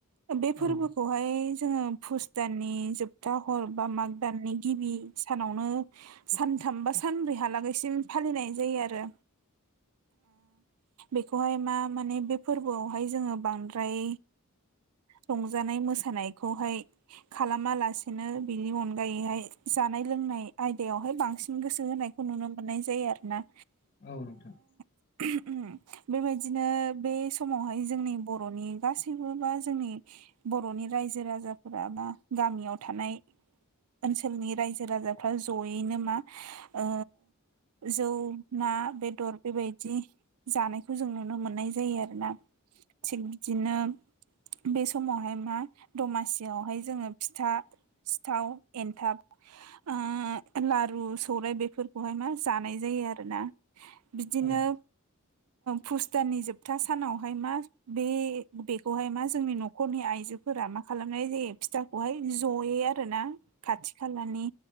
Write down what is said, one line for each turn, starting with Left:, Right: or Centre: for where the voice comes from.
Right: बे फोरबोखौहाय
Left: औ
Right: जोङो पुस दाननि जोबथा हर बा माग दाननि गिबि सानावनो सानथाम बा सानब्रैहालागैसिम फालिनाय जायो आरो। बेखौहाय मा माने बे फोरबोआवहाय जोङो बांद्राय संजानाय मोसानायखौहाय खालामालासिनो बिनि अनगायैहाय जानाय लोंनाय आयदायावहाय बांसिन गोसो होनायखौ नुनो मोननाय जायो आरोना
Left: औ नोंथां
Right: उ बेबायदिनो बे समावहाय जोंनि बर'नि गासैबो बा जोंनि बर'नि रायजो राजाफोरा बा गामियाव थानाय ओनसोलनि रायजो राजाफ्रा जयैनो मा ओ जौ ना बेदर बेबायदि जानायखौ जों नुनो मोननाय जायो आरोना थिग बिदिनो बे समावहाय मा दमासियावहाय जोङो फिथा थाव एन्थाब ओ लारु सौराइ बेफोरखौहाय मा जानाय जायो आरोना बिदिनो
Left: औ
Right: फुस दाननि जोबथा सानावहाय मा बे बेखौहाय मा जोंनि न' खरनि आइजोफोरा मा खालामनाय जायो फिथाखौहाय जयै आरोना खाथि खालानि